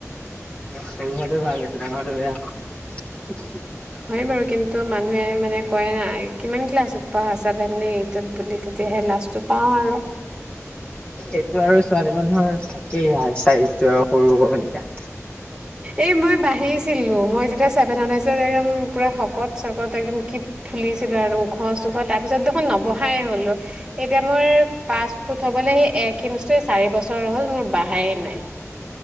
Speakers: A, on the left; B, on the right.
A: না সৰু হোৱাটো ভাল বেছি ডাঙৰ হোৱাটো বেয়া
B: হয় বাৰু কিন্তু মানুহে মানে কয় নাই কিমান ক্লাছত পঢ়া চাভেন নে এইটত বুলি তেতিয়াহে লাজটো পাওঁ আৰু
A: এইটো আৰু ছোৱালী মানুহৰ থাকেই আৰু চাইটো সৰু আকৌ ভনিকা
B: এই মই বাহি আহিছিল ত মই যেতিয়া চভেন আছিলো হে উম পুৰা শকত চকত একদম কি ফুলিছিলো আৰু ওখ চোখ তাৰ পিছত দেখোন নবহাই হলো এতিয়া মই পাঁচ ফুট হবলৈ সেই এক ইঞ্চি চাৰি বছৰ হ'ল মোৰ বাহাই নাই